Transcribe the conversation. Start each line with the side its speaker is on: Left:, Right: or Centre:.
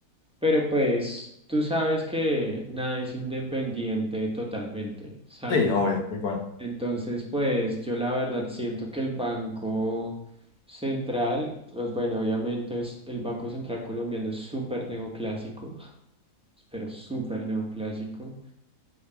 Centre: pero pues tú sabes que nada es independiente totalmente, <laughs> ¿sabes?
Left: Sí, obvio, muy bueno.
Centre: Entonces, pues yo la verdad siento que el Banco Central, eh, bueno, obviamente es, el Banco Central colombiano es súper neoclásico, <laughs> pero súper neoclásico.